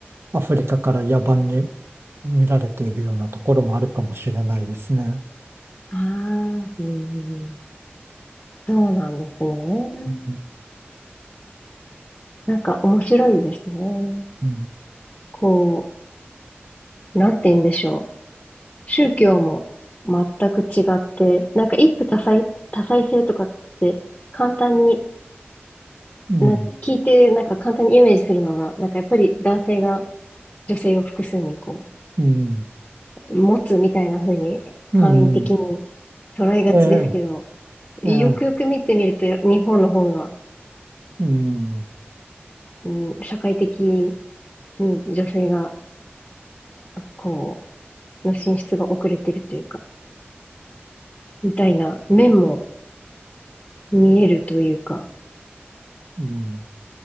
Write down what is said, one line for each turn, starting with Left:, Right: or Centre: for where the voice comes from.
Right: アフリカから野蛮に見られているようなところもあるかもしれないですね。
Left: ああ、うん。そうなんですね。
Right: うん、
Left: なんか面白いですね。
Right: うん
Left: こう、なんて言うんでしょう。宗教も全く違って、なんか一夫多妻、多妻制とかって簡単に、
Right: うん
Left: な、聞いてなんか簡単にイメージするのが、なんかやっぱり男性が女性を複数にこ
Right: うん、
Left: う、持つみたいな風に簡易的に
Right: うん、
Left: 捉えがちですけど、
Right: ええ、
Left: よくよく見てみると日本の方が、
Right: ええ、うん、う
Left: うん、社会的に女性がこう、の進出が遅れてるというか、みたいな面も見えるというか。
Right: ん、